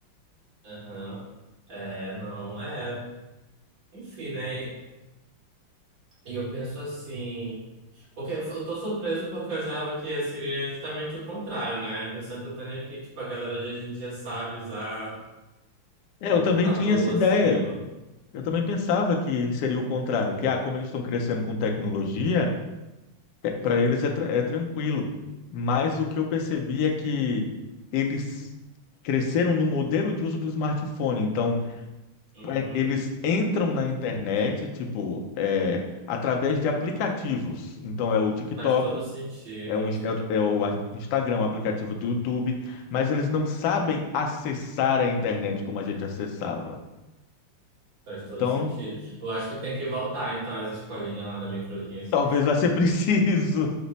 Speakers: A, on the right (about 65°); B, on the left (about 70°).
A: Aham. É, não, é. Enfim, né? E e eu penso assim. Porque eu eu tô surpreso porque eu achava que seria justamente o contrário, né? A impressão que eu tenho é que, tipo, a galera de hoje em dia sabe usar
B: É,
A: computador,
B: eu também tinha essa ideia.
A: assim. eu vou-
B: Eu também pensava que seria o contrário, que ah, como eles estão crescendo com tecnologia, para eles é, tra- é tranquilo. Mas o que eu percebi é que eles cresceram no modelo de uso do smartphone. Então,
A: Uhum.
B: pra- eles entram na internet, tipo, é, através de aplicativos. Então, é o TikTok,
A: Faz todo sentido.
B: é, um, é, o é o a- Instagram, o aplicativo do YouTube, mas eles não sabem acessar a internet como a gente acessava.
A: Faz
B: Então,
A: todo sentido. Eu acho que tem que voltar, então, às escolinhas lá da Microlinhas.
B: talvez vai ser preciso,